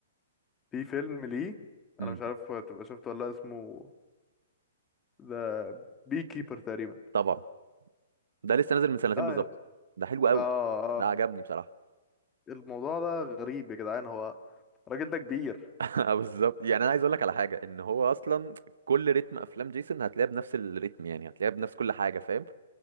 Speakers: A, on the left (about 15°); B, on the right (about 80°).
A: في فيلم ليه
B: امم
A: انا مش عارف تبقى شفته ولا لأ، اسمه ده بي كيبر تقريبا
B: طبعا ده لسه نازل من سنتين
A: لا
B: بالظبط
A: يا-
B: ده حلو قوي
A: اه
B: ده
A: اه
B: عجبني بصراحة
A: الموضوع ده غريب يا جدعان هو الراجل ده كبير
B: <laughs> آه، بالظبط يعني انا عايز اقول لك على حاجه ان هو اصلا كل رتم افلام جيسون هتلاقيها بنفس الريتم يعني هتلاقيها بنفس كل حاجه فاهم